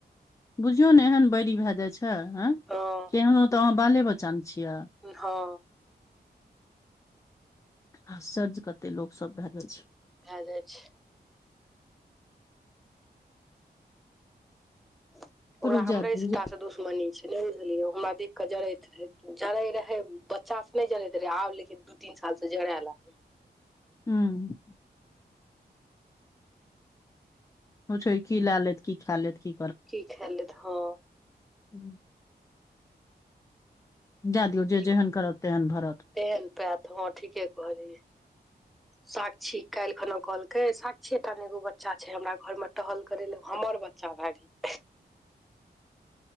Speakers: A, on the left; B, in the centre.
A: बुझियौ ने एहन बैरी भए जाइ छै एँ
B: हँ
A: केहनो तऽ अहाँ बाले बच्चा नऽ छियै
B: हँ
A: आश्चर्य कते लोक सब भए जाइ छै
B: भए जाइ छै ओकरा
A: छोड़ू
B: हमरे
A: जाए दियौ
B: सबटा
A: जे
B: दुश्मनी छै नहि बुझलियै ओ हमरा देख कऽ जड़ैत जड़ै रहै बच्चासँ से नहि जरैत रहे आब लेकिन दू तीन साल से जड़य लागलै
A: हूंम्म होइ छै कि लै लेत की खाय लेत की
B: की खाय लेत हँ
A: हूँ जाय दियौ जे
B: ई
A: जेहन करत तेहन भरत
B: तेहन पैयत हँ ठीके कहलियै साक्षी काल्हि खना कहलकै साक्षीये टा नऽ एगो बच्चा छै हमरा घर मे टहल करै लऽ हमर बच्चा बच्चा भए गेलै